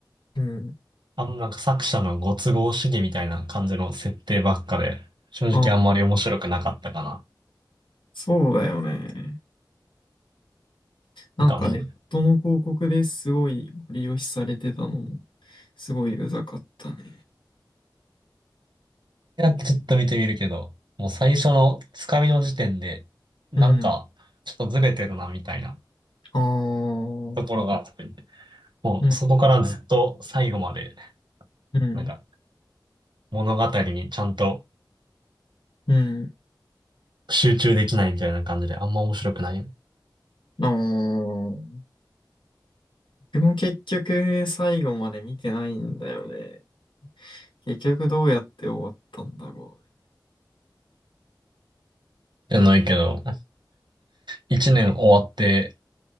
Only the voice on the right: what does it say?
あんまなんか作者のご都合主義みたいな感じの設定ばっかで、正直あんまり面白くなかったかな。
なんかもう、
やってちょっと見てみるけど、もう最初のつかみの時点で、なんかちょっとずれてるなみたいな
ところがあって、
もうそこからずっと最後まで、
なんか物語にちゃんと
集中できないみたいな感じで、あんま面白くない。
じゃないけど、一年終わって、